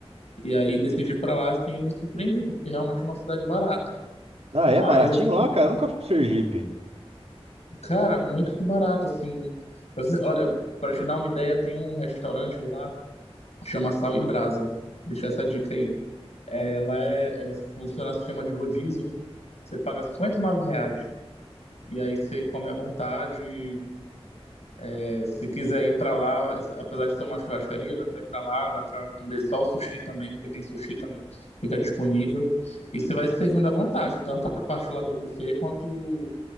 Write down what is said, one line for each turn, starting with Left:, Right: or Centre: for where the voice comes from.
Left: e aí decidi ir pra lá, assim, e me surpreendi, porque realmente é uma cidade barata.
Right: Ah,
Left: Mas,
Right: é baratinho
Left: assim,
Right: lá, cara? Eu nunca fui pro Sergipe.
Left: cara, muito barato, assim, Pra você- olha, para te dar uma ideia, tem um restaurante lá, chama Sal e Brasa, deixa essa dica aí. Ela é, é, funciona no sistema de rodízio. Você paga R$ 59 reais. E aí você come à vontade. É, se quiser ir para lá, apesar de ser uma churrascaria, dá para ir para lá, dá para comer só o sushi também, porque tem sushi também, fica disponível. E você vai se servindo à vontade, tanto a parte lá do buffet quanto